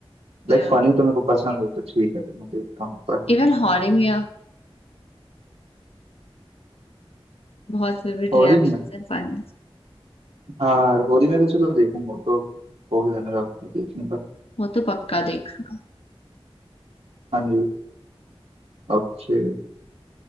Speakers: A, on the left; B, on the right.
A: या
B: लाइक फनी तो मेरे को पसंद है तो ठीक है तो मैं तो देखता हूँ पर
A: इवन हॉरर में या बहुत विविड
B: होरी
A: रिएक्शंस
B: में
A: एंड फनी
B: हाँ हाँ होरी में तो चलो देखूंगा वो तो हो गया मेरा तो देखने का
A: वो तो पक्का देखना
B: हाँ जी ओके